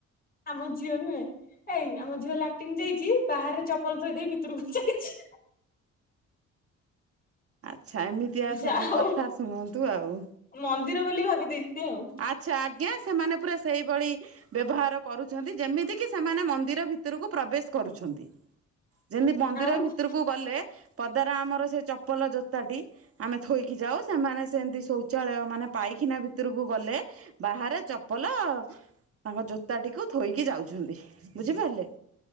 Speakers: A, on the left (about 30°); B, on the right (about 50°).
A: ଆମ ଝିଅ ନୁହେଁ ଏଇ ଆମ ଝିଅ ଲାଟିନ୍ ଯାଇଛି ବାହାରେ ଚପଲ ଥୋଇ ଦେଇ ଭିତରକୁ ଯାଇଛି।
B: ଆଚ୍ଛା ଏମିତିଆ
A: ଯା
B: ସବୁ
A: ହଉ
B: କଥା ଶୁଣନ୍ତୁ ଆଉ।
A: ମନ୍ଦିର ବୋଲି ଭାବି ଦେଇଛି ଆଉ।
B: ଆଚ୍ଛା ଆଜ୍ଞା ସେମାନେ ପୁରା ସେଇଭଳି ବ୍ୟବହାର କରୁଛନ୍ତି ଯେମିତିକି ସେମାନେ ମନ୍ଦିର ଭିତରକୁ ପ୍ରବେଶ କରୁଛନ୍ତି। ଯେମିତି ମନ୍ଦିର
A: ଆଉ
B: ଭିତରକୁ ଗଲେ ପଦାରା ଆମର ସେ ଚପଲ ଜୋତାଟି ଆମେ ଥୋଇକି ଯାଉ ସେମାନେ ସେମିତି ଶୌଚାଳୟ ମାନେ ପାଇଖିନା ବି ଭିତରକୁ ଗଲେ ବାହାରେ ଚପଲ ତାଙ୍କ ଜୋତାଟିକୁ ଥୋଇକି ଯାଉଛନ୍ତି ବୁଝିପାରିଲେ।